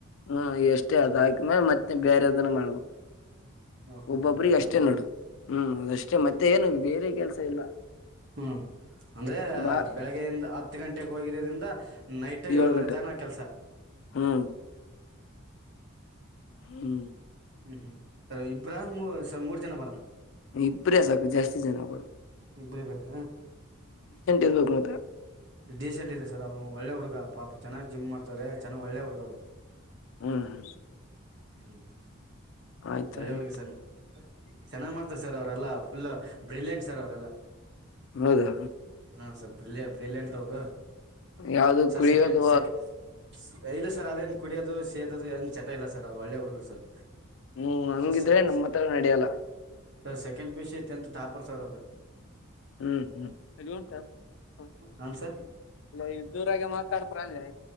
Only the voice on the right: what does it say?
ಓಹೋ
ಹೌದಾ
ಹ್ಮ್ ಅಂದ್ರೆ
ಬೆಳಗ್ಗೆಯಿಂದ ಹತ್ತು ಗಂಟೆಗೆ ಹೋಗಿರೋದ್ರಿಂದ. ನೈಟ್
ಏಳುವರೆ
ತಾನ ಕೆಲ್ಸ.
ಹ್ಮ್ ಹ್ಮ್ ಸರ್ ಇಬ್ಬ್ರಾಹಾಮ್ ಸ ಮೂರ್ ಜನ ಬರೋಣ.
ಇಬ್ರೇ ಬೇಕ
ಡೀಸೆಂಟ್ ಇದ್ದ ಸಾ ಒಳ್ಳೆ ಹುಡುಗ. ಪಾಪ ಚೆನ್ನಾಗಿ ಜಿಮ್ ಮಾಡ್ತಾರೆ ಚೆನ್ನಾಗ್ ಒಳ್ಳೆ ಹುಡುಗ ಅವ್ರು.
ಹ್ಮ್
ಒಳ್ಳೆ
ಹುಡುಗ ಸರ್ ಚೆನ್ನಾಗ್ ಮಾಡ್ತಾರೆ ಸರ್. ಅವರೆಲ್ಲಾ ಫುಲ್ ಬ್ರಿಲಿಯಂಟ್ ಸರ್ ಅವರೆಲ್ಲ.
ಹಾಂ ಸರ್ ಬ್ರಿಲಿಯ ಬ್ರಿಲಿಯಂಟ್ ಅವರು
ಸರ್
ಸೆಕೆ ಸೆಕೆ ಇಲ್ಲ ಸರ್ ಅದೇನ್ ಕುಡಿಯೋದು ಸೇದದು ಏನ್ ಚಟ ಇಲ್ಲ ಸರ್ ಅವ್ರು ಒಳ್ಳೆ ಹುಡುಗರು ಸರ್.
ಸರ್
Sir second PUC tenth topper sir ಅವರು.
ಹಾಂ ಸರ್